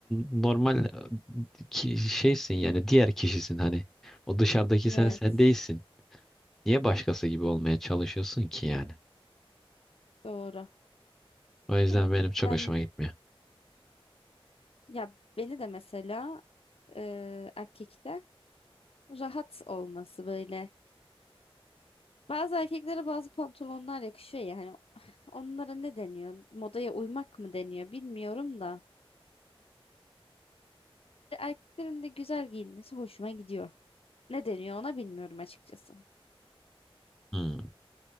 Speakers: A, in the centre; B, on the left.
A: normal ki şeysin yani diğer kişisin hani. O dışarıdaki
B: Evet,
A: sen sen değilsin. Niye başkası gibi olmaya çalışıyorsun ki yani?
B: doğru.
A: O yüzden
B: Ya
A: benim çok
B: ben
A: hoşuma gitmiyor.
B: ya beni de mesela e, erkekte rahat olması böyle Bazı erkeklere bazı pantolonlar yakışıyor ya hani <laughs> onlara ne deniyor? Modaya uymak mı deniyor bilmiyorum da. Bir de Erkeklerin de güzel giyinmesi hoşuma gidiyor. Ne deniyor ona bilmiyorum açıkçası.
A: Hmm.